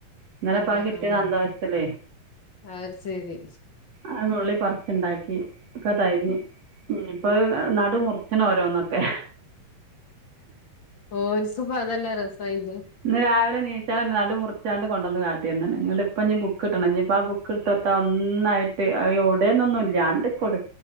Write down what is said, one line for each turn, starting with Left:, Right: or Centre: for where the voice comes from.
Right: ഇന്നലെപ്പ
Left: ആഹ്
Right: അത് കിട്ടിയ സന്തോഷത്തിേലേ
Left: അത് ശരി
Right: അത് നുള്ളി പറച്ചുണ്ടാ ഒക്കെകഴിഞ്ഞ് ഇപ്പൊ നടു മുറിച്ചണ് ഓരോന്നൊക്കെ
Left: ഓർക്ക് ഇപ്പ അതല്ലേ രസായില്ലേ
Right: ഇന്ന് രാവിലെ എണീച്ചാൽ നടു മുറിച്ചാണ്ട് കൊണ്ടുവന്ന് കാട്ടി എന്ന് എന്നിട്ട് ഇപ്പം നി ബുക്ക്കിട്ടണം ഇനി ഇപ്പോം ആ ബുക്ക് എടുത്തൊടുത്ത ഒന്നായിട്ട് ഇവിടെയന്നൊന്നും ഇല്ലാണ്ട് കൊടു